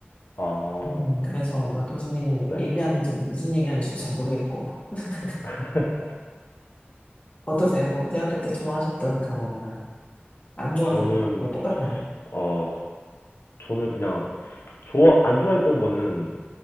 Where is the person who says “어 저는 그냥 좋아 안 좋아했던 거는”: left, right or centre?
Left